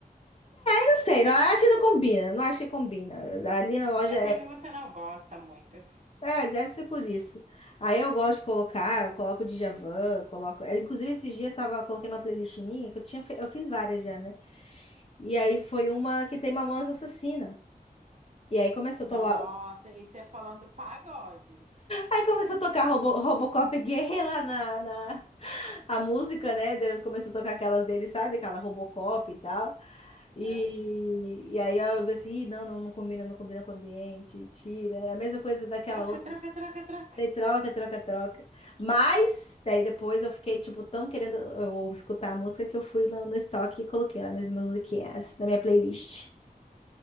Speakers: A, on the left; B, on the right.
A: não sei, não eu acho que não combina, não acho que combina. Ali na loja
B: É porque
A: é.
B: você não gosta muito.
A: É, deve ser por isso. Aí eu gosto de colocar, eu coloco o Djavan, coloco. é, Inclusive, esses dias tava, coloquei uma playlist minha, que eu tinha, fe- eu fiz várias já, né? E aí foi uma que tem Mamonas Assassina. E aí começou a
B: Nossa,
A: tolar-
B: e você falando pagode.
A: Aí começou a tocar Robo, Robocop Guerre lá na, na a música, né? Daí Começou a tocar aquelas dele, sabe? Aquela Robocop e tal.
B: Aham.
A: E, e aí eu pensei, "Ih, não, não, não combina, não combina com o ambiente, tira. É A mesma coisa daquela
B: Troca,
A: outra.
B: troca, troca, troca.
A: Daí troca, troca, troca. Mas, daí depois eu fiquei, tipo, tão querendo eu, escutar a música que eu fui lá no estoque e coloquei lá minhas musiquinhas na minha playlist.